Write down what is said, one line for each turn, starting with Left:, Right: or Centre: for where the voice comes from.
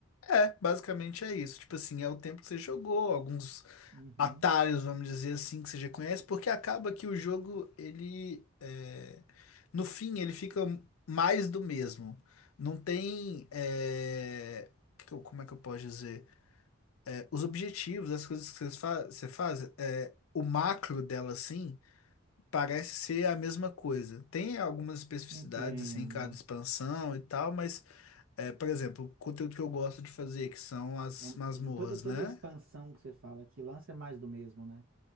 Left: É, basicamente é isso. Tipo assim, é o tempo que você jogou, alguns
Right: Uhum.
Left: atalhos, vamos dizer assim, que você já conhece, porque acaba que o jogo, ele, é, no fim, ele fica mais do mesmo. Não tem, é, que que eu- como é que eu posso dizer? É, os objetivos, as coisas que vocês fa- você faz, é, o macro dela, assim, parece ser a mesma coisa. Tem algumas especificidades,
Right: Entendo.
Left: assim, em cada expansão e tal, mas é, por exemplo, o conteúdo que eu gosto de fazer, que são as
Right: É um-
Left: masmorras,
Right: é Toda, toda
Left: né?
Right: expansão que você fala que lança é mais do mesmo, né?